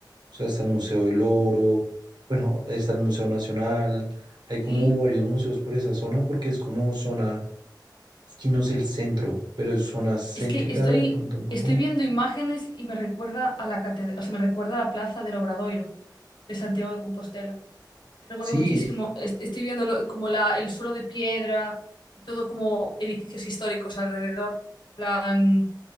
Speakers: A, on the right; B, on the left.
A: O sea, está el Museo del Oro, bueno, está el Museo Nacional. Hay como
B: Sí,
A: varios museos por esa zona porque es como zona, es que no es el centro, pero es zona céntrica
B: es que estoy,
A: de pronto un poco.
B: estoy viendo imágenes y me recuerda a la catedral, o sea, me recuerda a la plaza del Obradoiro de Santiago de Compostela. Recuerdo
A: Sí,
B: muchísimo, est- estoy viendo lo- como la, el suelo de piedra y todo como edificios históricos alrededor. En plan,